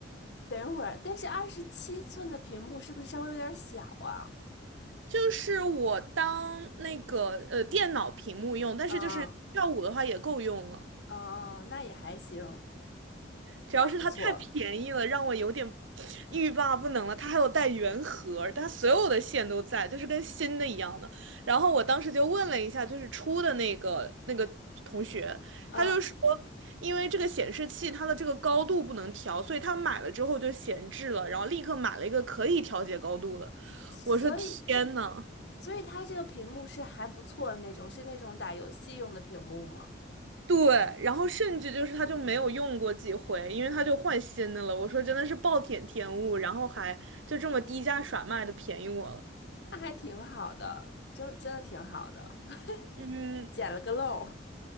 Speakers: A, on the left; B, on the right.
A: 等一会儿，但是二十七寸的屏幕是不是稍微有点小啊？
B: 就是我当那个呃电脑屏幕用，但是就是跳舞的话也够用了。
A: 啊哦，那也还行，
B: 主要是它太便宜了，
A: 那不错。
B: 让我有点欲罢不能了。它还有带原盒，它所有的线都在，就是跟新的一样的。然后我当时就问了一下，就是出的那个那个同学，
A: 嗯，
B: 他就说，因为这个显示器它的这个高度不能调，所以他买了之后就闲置了，然后立刻买了一个可以调节高度的。
A: 所以
B: 我说天呐！
A: 所以它这个屏幕是还不错的那种，是那种打游戏用的屏幕吗？
B: 对，然后甚至就是他就没有用过几回，因为他就换新的了。我说真的是暴殄天物，然后还就这么低价甩卖的便宜我了。
A: 那还挺好的，真真的挺好的，<laughs>
B: 嗯，
A: 捡了个漏。